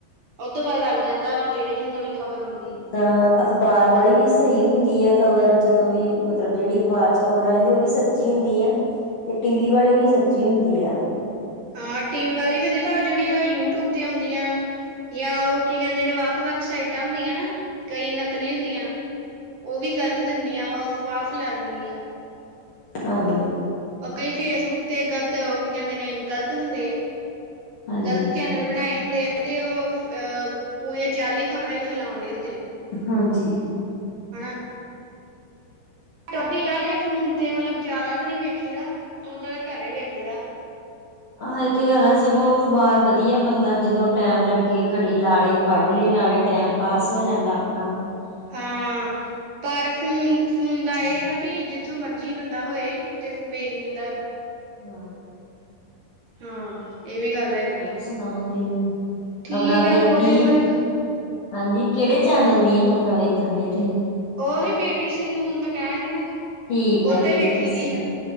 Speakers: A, on the right; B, on the left.
A: ਉਹ ਤੋਂ ਬਾਅਦ ਲੱਗ ਜਾਂਦਾ ਵਾ ਜਿਹੜੇ ਵੀ ਨਵੀਂ ਖਬਰ ਹੁੰਦੀ
B: ਤਾਂ ਅਖ਼ਬਾਰ ਵਾਲੀ ਵੀ ਸਹੀ ਹੁੰਦੀ ਹੈ ਖ਼ਬਰ ਜਦੋਂ ਵੀ ਮਤਲਬ ਜਿਹੜੀ ਅਖ਼ਬਾਰ 'ਚ ਖ਼ਬਰ ਆਂਦੀ ਉਹ ਵੀ ਸ ਸੱਚੀ ਹੁੰਦੀ ਆ ਤੇ ਟੀ ਵੀੀ ਵਾਲੀ ਵੀ ਸੱਚੀ ਹੁੰਦੀ ਆ
A: ਹਾਂ ਟੀ ਵੀ ਵਾਲੀ ਵੀ ਹੁੰਦੀ ਪਰ ਜਿਹੜੀ ਆ ਯੂਟਿਊਬ ਦੀ ਆਉਂਦੀ ਆ ਜਾਂ ਉਹ ਕੀ ਕਹਿੰਦੇ ਨੇ ਵੱਖ ਵੱਖ ਸਾਈਟਾਂ ਹੁੰਦੀਆਂ ਨਾ ਕਈ ਨਕਲੀ ਹੁੰਦੀਆਂ ਉਹ ਵੀ ਗ਼ਲਤ ਦਿੰਦੀਆਂ ਵਾ ਅਫਵਾਹ ਫੈਲਾ ਦਿੰਦੀਆਂ ਵਾ
B: ਆਹੋ
A: ਉਹ ਕਈ ਫੇਸਬੁੱਕ ਤੇ ਗ਼ਲਤ ਉਹ ਕੀ ਕਹਿੰਦੇ ਨੇ ਗ਼ਲਤ ਹੁੰਦੇ ਆ
B: ਹਾਂਜੀ
A: ਗਲਤ ਚੈਨਲ ਬਣਾਏ ਹੁੰਦੇ ਆ ਤੇ ਉਹ ਅਹ ਪੂਰੇ ਜਅਲੀ ਖ਼ਬਰਾਂ ਹੀ ਫੈਲਾਉਣ ਡ ਹੁੰਦੇ
B: ਹਾਂਜੀ
A: ਹਨਾ <unintelligible> ਫੋਨ ਤੇ ਮਤਲਬ ਜਿਆਦਾ ਤਾਂ ਨੀ ਵੇਖੀ ਦਾ ਉਦਾਂ ਤਾਂ ਘਰੇ ਈ ਵੇਖੀ ਦਾ
B: ਆਹੋ ਇਹ ਤੇ ਗੱਲ ਹੈ ਸਗੋਂ ਅਖਬਾਰ ਵਧੀਆ ਬੰਦਾ ਜਦੋਂ ਟੈਮ ਲੱਗੇ ਘੜੀ ਲਾ ਲੇ ਪੜ ਲੇ ਨਾਲੇ਼ ਟੈਮ ਪਾਸ ਹੋ ਜਾਂਦਾ ਆਪਣਾ। <unintelligible>
A: ਹਾਂ ਪਰ ਫੂਨ, ਫੂਨ ਦਾ ਏ ਨਾ ਭਈ, ਜਿੱਥੋਂ ਮਰਜੀ ਬੰਦਾ ਹੋਏ, ਤੇ ਵੇਖ ਲੇਂਦਾ ਵੇ।
B: ਹੂੰ
A: ਹਾਂ, ਏ ਵੀ ਗੱਲ ਹੈਗੀ
B: ਹੋਰ
A: ਏ,
B: ਸੁਣਾਓ ਤੁਸੀਂ
A: ਠੀਕ
B: ਖ਼ਬਰਾਂ ਫੇਰ
A: ਐ ਕੋਝ
B: ਕੀ
A: ਨੀ ਮਤਲਬ
B: ਹਾਂਜੀ, ਕੇੜੇ ਚੈਨਲ ਦੀਆਂ ਖ਼ਬਰਾਂ ਵੇਖਣ ਡੇ ਤੂਹੀਂ
A: ਓਹੀ ਪੀਟੀ ਸੀ ਨਿਊਜ਼ ਮੈਂ ਕੈਨ ਡਈ ਨਾ
B: ਠੀਕ
A: ਉਹਤੇ
B: ਐ, ਪੀਟੀ
A: ਵੇਖੀ ਦੀ
B: ਸੀ
A: ਆ